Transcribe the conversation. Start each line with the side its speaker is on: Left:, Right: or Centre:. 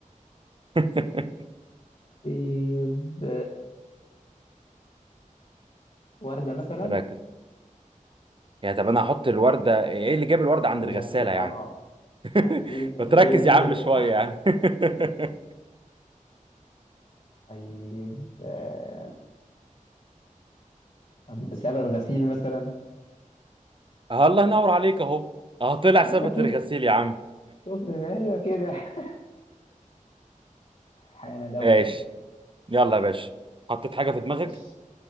Right: <laughs>
Left: إيه ب... ورده مثلا
Right: ركز يعني طب انا هحط الوردة ايه اللي جاب الوردة
Left: عند
Right: عند
Left: الغسالة
Right: الغسالة يعني
Left: اه
Right: <laughs>
Left: ايه ده
Right: بتركز
Left: ايه
Right: يا
Left: إيه
Right: عم
Left: ده
Right: شوية يعني <laughs>
Left: طيب آه، طب سبت غسيل مثلا
Right: الله ينور عليك اهو اه طلع
Left: ايوه
Right: ثبت
Left: كده
Right: الغسيل يا عم
Left: شوف ايوه كده <laughs> حان
Right: <laughs>
Left: دوري
Right: ايش يلا يا باشا حطيت حاجة في دماغك
Left: بص